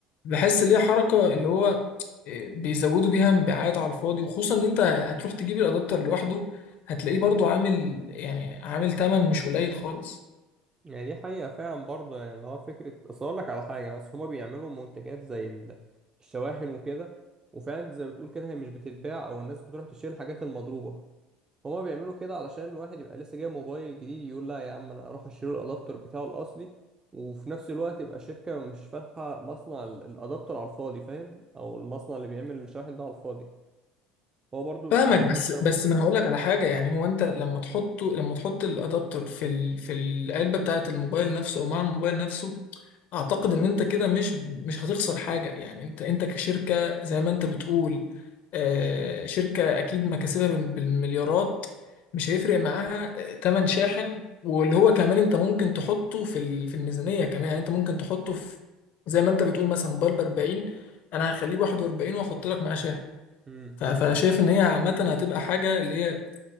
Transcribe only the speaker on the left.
بحس ليه حركة اللي هو إيه، بيزودوا بيها مبيعات على الفاضي وخصوصا ان انت هتروح تجيب الادابتر لوحده هتلاقيه برضو عامل يعني عامل تمن مش قليل خالص
فاهمك
بس
بس ما انا هقول لك على حاجه يعني هو انت لما تحطه لما تحط الادابتر في ال... في العلبه بتاعه الموبايل نفسه او مع الموبايل نفسه اعتقد ان انت كده مش مش هتخسر حاجه يعني انت انت كشركه زي ما انت بتقول آه شركه اكيد مكاسبها بال... بالمليارات مش هيفرق معاها تمن شاحن واللي هو كمان انت ممكن تحطه في ال... في الميزانيه كمان يعني انت ممكن تحطه في زي ما انت بتقول مثلا موبايل ب 40 انا هخليه ب 41 واحط لك معاه شاحن
ف- فانا شايف ان هي عامه هتبقى حاجه اللي هي